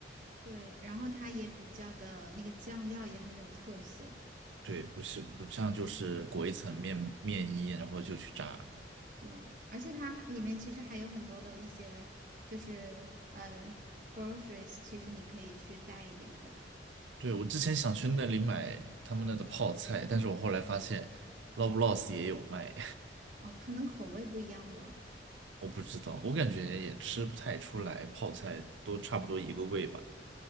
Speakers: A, on the right; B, on the right.
A: 对，然后它也比较的那个酱料也很有特色，
B: 对，不是不像，就是裹一层面面衣，然后就去炸
A: 对，而且它还里面其实还有很多的一些就是呃 groceries，其实你可以去带一点回来，
B: 对，我之前想去那里买他们那的泡菜，但是我后来发现 l o b l o s s 也有卖，
A: 哦，可能口味不一样吧。
B: <laughs> 我不知道，我感觉也吃不太出来，泡菜都差不多一个味吧。